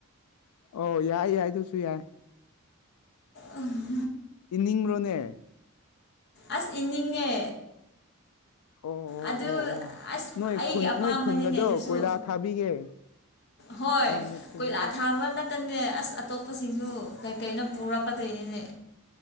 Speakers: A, on the left; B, on the left.
A: ꯑꯣ ꯌꯥꯏ ꯌꯥꯏ ꯑꯗꯨꯁꯨ ꯌꯥꯏ
B: ꯎꯝ
A: ꯏꯅꯤꯡꯕꯔꯣꯅꯦ
B: ꯑꯁ ꯏꯅꯤꯡꯉꯦ
A: ꯑꯣ ꯑꯣ
B: ꯑꯗꯨ
A: ꯑꯣ ꯑꯣ
B: ꯑꯁ
A: ꯅꯣꯏ
B: ꯑꯩꯒꯤ
A: ꯈꯨꯟ
B: ꯑꯄꯥꯝꯕꯅꯤꯅꯦ
A: ꯅꯣꯏ ꯈꯨꯟꯒꯗꯣ
B: ꯑꯗꯨꯁꯨ
A: ꯀꯣꯏꯂꯥ ꯊꯥꯕꯤꯒꯦ
B: ꯍꯣꯏ
A: ꯑꯧꯅꯦ ꯆꯨꯝꯃꯤꯅꯦ
B: ꯀꯣꯏꯂꯥ ꯊꯥꯕ ꯅ ꯈꯇꯅꯦ ꯑꯁ ꯑꯇꯣꯞꯄꯁꯤꯡꯁꯨ ꯀꯩꯀꯩꯅ ꯄꯨꯔꯛꯀꯗꯣꯏꯅꯤꯅꯦ